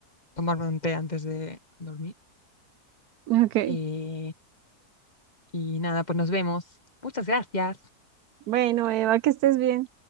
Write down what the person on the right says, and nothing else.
Ok.
Bueno, Eva, que estés bien.